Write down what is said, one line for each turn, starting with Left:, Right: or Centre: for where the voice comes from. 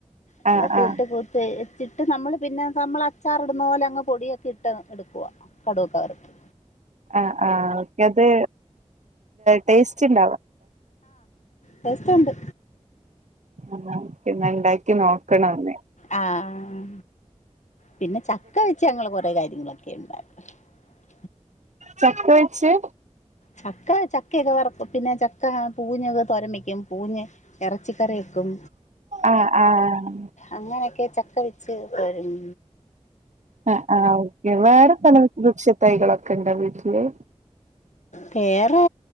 Left: വേല്ലത്തി
Right: ആഹ് ആഹ്
Left: ഇട്ട് കൂത്ത് ചിട്ട് നമ്മള് പിന്നെ നമ്മൾ അച്ചാറി ഇടുന്ന പോലെ അങ്ങ് പൊടിയൊക്കെ ഇട്ട് എടുക്കവാ കടുവൊക്കെവർത്ത്
Right: ആഹ് ആഹ് ഓക്കെ അത് ട്ടേയ്സ്റ്റ് <unintelligible>
Left: ബസുണ്ട്
Right: <unintelligible> ക്ക് നോക്കണോന്ന്
Left: ആഹ് പിന്നെ ചക്ക വെച്ച് ഞങ്ങൾ കൊറെേ കാര്യങ്ങളൊക്കെ ഇണ്ടായി <inaudible>
Right: ചക്ക വെച്ച്
Left: ചക്ക ചക്കയൊക്കെ വറുക്കും പിന്നെ ചക്ക പൂഞ്ഞൊക്കെ തോരൻവെയ്ക്കും പൂഞ്ഞ് എറച്ചിക്കറി വെക്കും
Right: ആഹ് ആഹ്
Left: അങ്ങനൊക്കെ ചക്ക വച്ച് വരും
Right: ആ ആ ഓക്കെ വേറെ തണൽ വൃക്ഷത്തൈകളൊ ക്കെണ്ടാ വീട്ടില്
Left: വേറെ